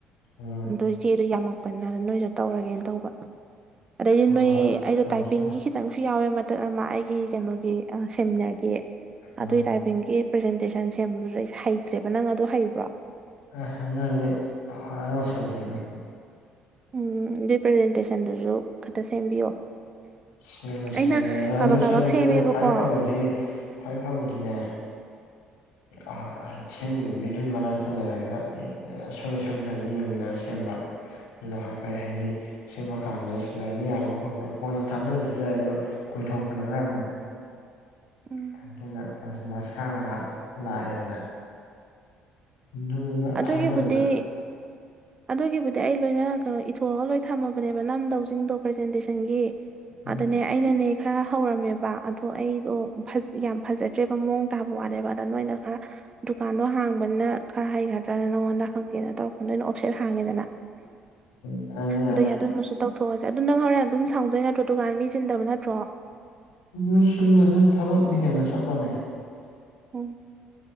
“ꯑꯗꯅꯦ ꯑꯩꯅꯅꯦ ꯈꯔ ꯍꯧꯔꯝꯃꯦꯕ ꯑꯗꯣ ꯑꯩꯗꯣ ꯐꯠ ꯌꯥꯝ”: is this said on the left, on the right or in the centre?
Right